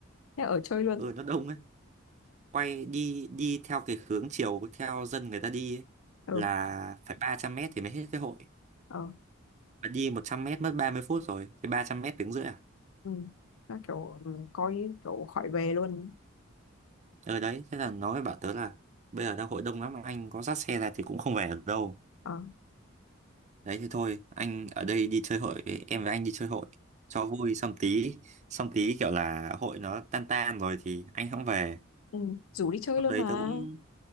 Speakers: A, on the left; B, on the right.
A: Thế ở chơi luôn.
B: ừ nó đông ấy quay đi đi theo cái hướng chiều theo dân người ta đi ấy,
A: Ừ.
B: là phải 300 mét thì mới hết cái hội
A: Ờ.
B: Bạn đi 100 mét mất 30 phút rồi Cái 300 mét tiếng rưỡi à
A: Ừ. Nó kiểu ừ, coi kiểu khỏi về luôn.
B: Ờ đấy thế là nó mới bảo tớ là Bây giờ đang hội đông lắm Anh có dắt xe ra thì cũng không về được đâu
A: Ờ.
B: Đấy thì thôi Anh ở đây đi chơi hội Em với anh đi chơi hội Cho vui xong tí Xong tí kiểu là hội nó tan tan rồi Thì anh không về
A: Ừ. Rủ đi chơi
B: Lúc
A: luôn
B: đấy
A: mà.
B: tớ cũng